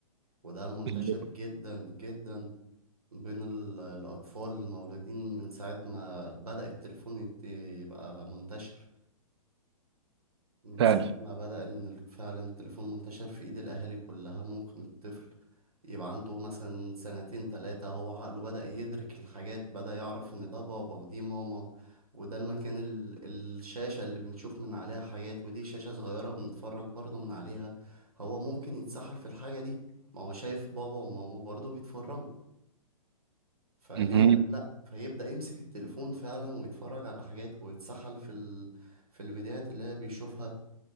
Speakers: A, on the right; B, on the right.
A: وده منتشر
B: <laughs>
A: جدا جدا بين ال- الأطفال المولودين من ساعة ما بدأ التليفون يت- يبقى منتشر من ساعة
B: فعلا
A: ما بدأ إن ال- فعلا التليفون منتشر في إيد الأهالي كلها ممكن الطفل يبقى عنده مثلا سنتين تلاتة هو عقله بدأ يدرك الحاجات بدأ يعرف إن ده بابا ودي ماما وده المكان ال... الشاشة اللي بنشوف من عليها حاجات ودي شاشة صغيرة بنتفرج برضه من عليها هو ممكن يتسحل في الحاجة دي ما هو شايف بابا وماما برضه بيتفرجوا فليه
B: مهم.
A: لأ فيبدأ يمسك التليفون فعلا ويتفرج على حاجات ويتسحل في ال... في الفيديوهات اللي هي بيشوفها